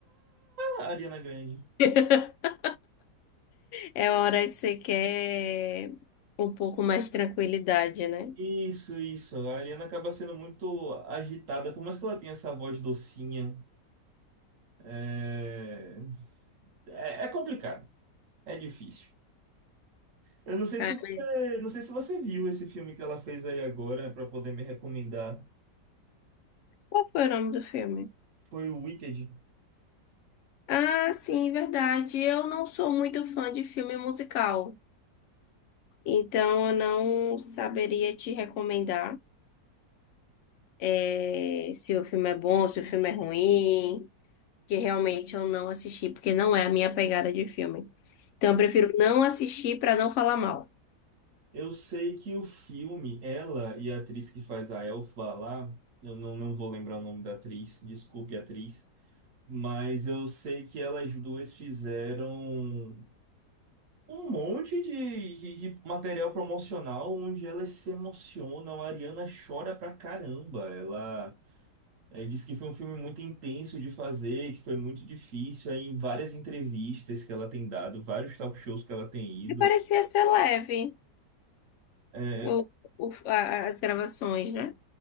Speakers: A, on the right; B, on the left.
A: Ah, Ariana Grande.
B: <laughs> É hora que você quer um pouco mais de tranquilidade, né?
A: Isso, isso. A Ariana acaba sendo muito agitada, por mais que ela tenha essa voz docinha. É, é, é complicado, é difícil. Eu não sei
B: Ah,
A: se você,
B: mas
A: não sei se você viu esse filme que ela fez aí agora pra poder me recomendar.
B: Qual foi o nome do filme?
A: Foi o Wicked.
B: Ah, sim, verdade. Eu não sou muito fã de filme musical, então eu não saberia te recomendar eh, se o filme é bom, se o filme é ruim, que realmente eu não assisti, porque não é a minha pegada de filme. Então eu prefiro não assistir para não falar mal.
A: Eu sei que o filme, ela e a atriz que faz a Elfa lá, eu não, não vou lembrar o nome da atriz, desculpe, atriz, mas eu sei que elas duas fizeram um monte de, de, de material promocional onde elas se emocionam. A Ariana chora pra caramba. Ela, eh, disse que foi um filme muito intenso de fazer, que foi muito difícil. Aí, em várias entrevistas que ela tem dado, vários talk shows que ela tem ido.
B: E parecia ser leve
A: é,
B: o, o- a- as gravações, né?